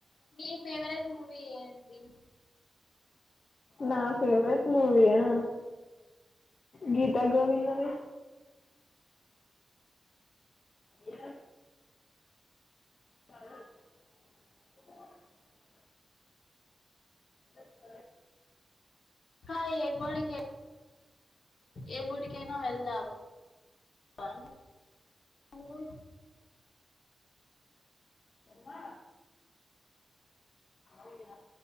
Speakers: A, on the left; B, on the left.
A: మీ ఫేవరెట్ మూవీ ఏంది
B: నా ఫేవరెట్ మూవీ ఆ గీత గోవిందమే ఎ లో <inaudible>
A: హా ఏ గుడికి ఏ గుడికైనా వెళ్దామా హలో
B: ఆహ అహ